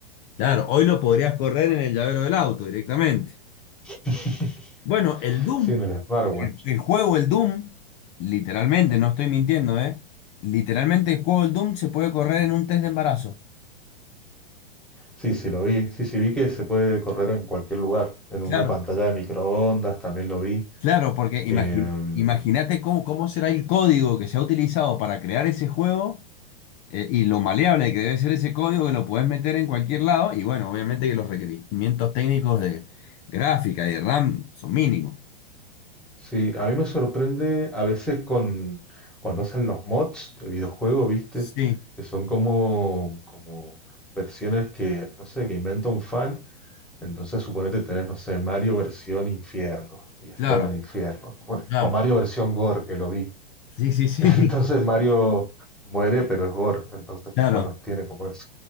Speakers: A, on the left; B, in the centre.
A: Claro, hoy lo podrías correr en el llavero del auto directamente.
B: <laughs>
A: Bueno, el Doom,
B: Sí, en el smartwatch.
A: el, el juego, el Doom, literalmente, no estoy mintiendo, ¿eh? Literalmente el juego, el Doom se puede correr en un test de embarazo.
B: Sí, sí, lo vi. Sí, sí, vi que se puede correr en cualquier lugar. En una
A: Claro,
B: pantalla de microondas también lo vi.
A: claro, porque imagi-
B: Eh,
A: imagínate cómo, cómo será el código que se ha utilizado para crear ese juego Eh, y lo maleable que debe ser ese código que lo puedes meter en cualquier lado. Y bueno, obviamente que los requerimientos técnicos de gráfica y de RAM son mínimos.
B: sí, a mí me sorprende a veces con cuando hacen los mods de videojuego, ¿viste?
A: Sí,
B: Que son como, como versiones que, no sé, que inventa un fan Entonces suponete tenés, no sé, Mario versión infierno, y es
A: claro,
B: todo en el infierno. supone-
A: claro.
B: O Mario versión gore, que lo vi.
A: Sí, sí, sí,
B: <laughs> Entonces Mario muere, pero es gore. Entonces,
A: <laughs> claro.
B: bueno, tiene como eso.